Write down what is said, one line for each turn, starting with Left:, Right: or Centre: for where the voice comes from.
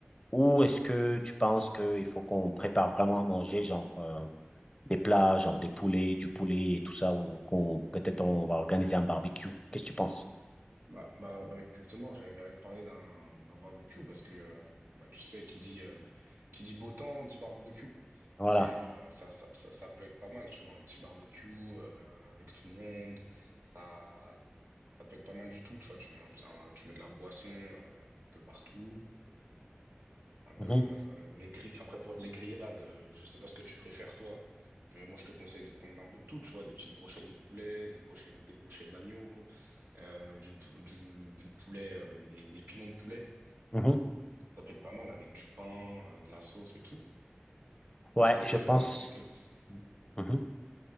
Left: Ou est-ce que tu penses qu'il faut qu'on prépare vraiment à manger, genre euh, des plats, genre des poulets, du poulet et tout ça, ou qu'on peut-être on va organiser un barbecue? Qu'est-ce que tu penses?
Right: Bah, bah, bah, justement, j'allais te parler d'un d'un barbecue parce que euh, bah, tu sais, qui dit, euh, qui dit beau temps dit barbecue.
Left: Voilà.
Right: Et euh, ça, ça, ça, ça peut être pas mal, tu vois, un petit barbecue euh, avec tout le monde. Ça, ça peut être pas mal du tout, tu vois. Tu mets, un, un- tu mets de la boisson euh, un peu partout, un peu
Left: Mhm,
Right: euh, les grilles. Après, pour les grillades, euh, je sais pas ce que tu préfères, toi. Mais moi, je te conseille de prendre un peu de tout, tu vois, des petites brochettes de poulet, des brochettes, des brochettes d'agneau, euh, du, pou- du, du poulet, euh, des, des pilons de poulet.
Left: mhm.
Right: Ça peut être pas mal avec du pain, euh, de la sauce et tout. Je
Left: Ouais,
Right: pense que,
Left: je pense.
Right: voilà, c'est que...
Left: Mhm.